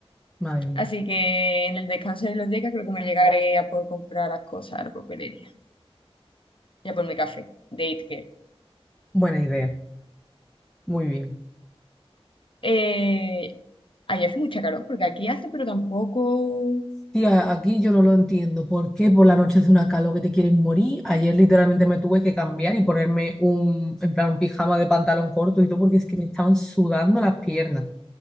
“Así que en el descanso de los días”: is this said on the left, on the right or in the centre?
Left